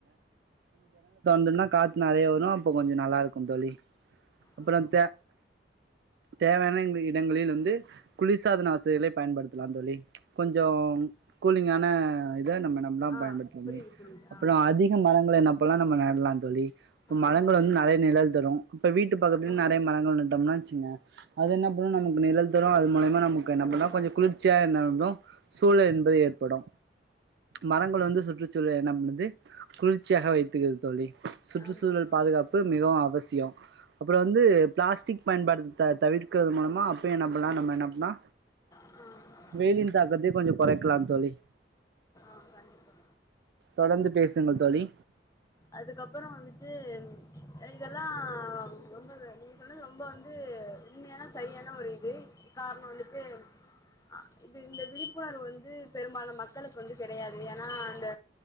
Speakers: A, on the right; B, on the left.
A: தொண்ணா காத்து நெறைய வரு அப்போ கொஞ்ச நல்லாருக்குந் தோழி அப்பறந்
B: ஆமா
A: தே தேவையான இடங்களில் வந்து குளிர்சாதன வசதிகளைப் பயன்படுத்தலாந் தோழி கொஞ்சோம் கூலிங்கான இத நம்ம எனாப் ம்லாம்
B: ஆ
A: பயன்படுத்தலமே
B: புரியுது புரியுது
A: அப்றோ
B: ஆ
A: அதி க மரங்கள என்னாப் பண்லா நம்ம நடலாந் தோழி இப்ப மரங்கள
B: ஆமா கண்டிப்பா
A: வந்து நெறைய நிழல் தரு இப்ப வீட்டு பக்கத்ல
B: ஆமா
A: நெறைய மரங்கள் நட்டம்னா வெச்சுங்க அது என்னாப் பணு நமக்கு நிழல் தரு அது மூலியமா
B: ஆமா ஆமா
A: நமக்கு என்னாப்
B: கண்டிப்பா
A: பண்லா கொஞ்ச குளிர்ச்சியா என்னாப்ணு சூழல் என்பது ஏற்படு மரங்கள் வந்து சுற்றுச்சூழ என்னாப் பண்ணுது குளிர்ச்சியாக வைத்துகிறத் தோழி சுற்றுச்சூழல்
B: ஆமா
A: பாதுகாப்பு மிகவு அவசியோ அப்றோ வந்து
B: ஆமா
A: பிளாஸ்டிக் பயன்பாடுத்த தவிர்க் கறது மூலமா அப்பய என்ன பண்லா நம்ம என்ன பண்ணா
B: ஆ
A: வெயிலின் தாக்கத்தையு கொஞ்ச கொறைக்கலா தோழி
B: ஆ கண்டிப்பா
A: தொடர்ந்து பேசுங்கள் தோழி
B: அதுக்கப்பறோ வந்துட்டு இதெல்லா ரொம்ப சொன்னது ரொம்ப வந்து உண்மையானா சரியான ஒரு இது காரண வந்துட்டு ஆ இது இந்த விழிப்புணர்வு வந்து பெரும்பாலு மக்களுக்கு வந்து கெடையாது ஏன்னா அந்த